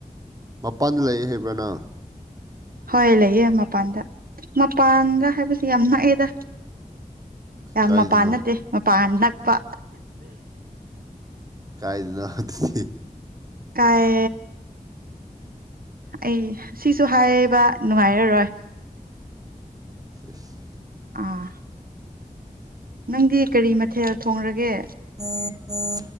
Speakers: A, on the right (about 25°); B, on the right (about 80°).
A: ꯃꯄꯥꯟꯗ ꯂꯩꯑꯦ ꯍꯥꯏꯕ꯭ꯔ ꯅꯪ
B: ꯍꯣꯏ ꯂꯩꯌꯦ ꯃꯄꯥꯟꯗ ꯃꯄꯥꯟꯗ ꯍꯥꯏꯕꯁꯤ ꯌꯥꯝ ꯅꯛꯑꯦꯗ ꯌꯥꯝ
A: ꯀꯥꯏꯗꯅꯣ
B: ꯃꯄꯥꯟ ꯅꯠꯇꯦ ꯃꯄꯥꯟ ꯅꯛꯄ
A: ꯀꯥꯏꯗꯅꯣ ꯑꯗꯨꯗꯤ
B: ꯀꯥꯏ ꯑꯩ ꯁꯤꯁꯨ ꯍꯥꯏꯌꯦꯕ ꯅꯨꯡꯉꯥꯏꯔꯔꯣꯏ
A: ꯌꯦꯁ
B: ꯑꯥ ꯅꯪꯗꯤ ꯀꯔꯤ ꯃꯊꯦꯜ ꯊꯣꯡꯂꯒꯦ
A: ꯎꯝ ꯎꯝ